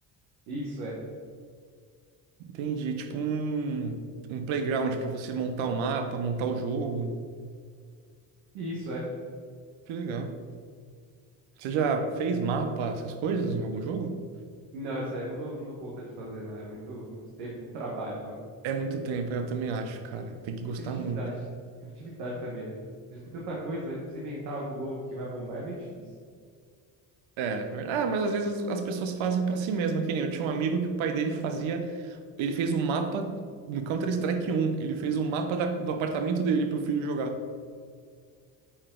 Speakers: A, on the right; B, on the right.
A: Isso é.
B: Entendi. Tipo um, um playground pra você montar o mapa, montar o jogo.
A: Isso é.
B: Que legal. Você já fez mapa, essas coisas em algum jogo?
A: Não, isso aí eu não dou, não dou conta de fazer, não. É muito, muito tempo, muito trabalho pra.
B: É muito tempo, eu também acho, cara. Tem que gostar
A: E criatividade.
B: muito.
A: Criatividade também, né? Já tem tanta coisa, aí pra você inventar algo novo que vai bombar é meio difícil.
B: É, ver- ah, mas às vezes as pessoas fazem pra si mesma, que nem eu tinha um amigo que o pai dele fazia, ele fez um mapa no Counter-Strike um. ele fez um mapa da- do apartamento dele pro filho jogar.